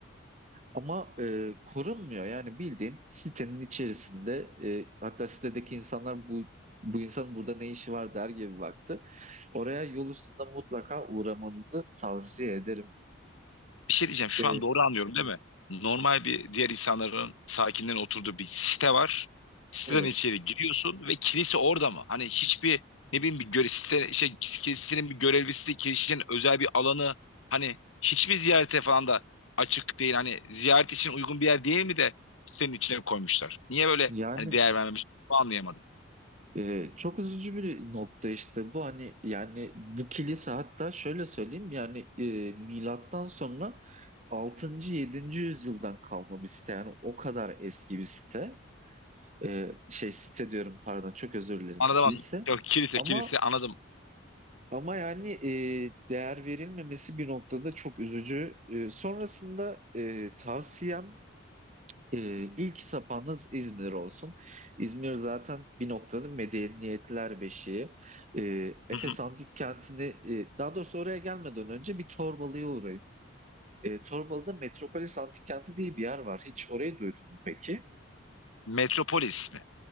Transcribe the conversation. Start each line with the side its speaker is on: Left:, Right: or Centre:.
Right: Ama e, korunmuyor. Yani bildiğin sitenin içerisinde e, hatta sitedeki insanlar bu bu insanın burada ne işi var der gibi baktı. Oraya yol üstünde mutlaka uğramanızı tavsiye ederim.
Left: Bir şey diyeceğim. Şu
Right: E,
Left: an doğru anlıyorum değil mi? Normal bir diğer insanların sakinlerin oturduğu bir site var. Siteden
Right: evet.
Left: içeri giriyorsun ve kilise orada mı? Hani hiçbir ne bileyim bir göre, site, şey, kilisenin bir görevlisi, kilisenin özel bir alanı hani hiçbir ziyarete falan da açık değil. Hani ziyaret için uygun bir yer değil mi de sitenin içine koymuşlar. Niye böyle
Right: Yani
Left: hani değer vermemiş? Bunu anlayamadım.
Right: e, çok üzücü bir nokta işte bu hani yani bu kilise hatta şöyle söyleyeyim yani e, milattan sonra altıncı yedinci yüzyıldan kalma bir site yani o kadar eski bir site. e, şey site diyorum pardon çok özür dilerim
Left: Anladım
Right: kilise
Left: anladım. Yok, kilise
Right: ama
Left: kilise anladım.
Right: ama yani e, değer verilmemesi bir noktada çok üzücü. E, sonrasında e, tavsiyem e, ilk sapanız İzmir olsun. İzmir zaten bir noktada medeniyetler beşiği. E, Efes
Left: Hı hı.
Right: Antik Kenti'ni e, daha doğrusu oraya gelmeden önce bir Torbalı'ya uğrayın. E, Torbalı'da Metropolis Antik Kenti diye bir yer var. Hiç orayı duydun mu peki?
Left: Metropolis mi?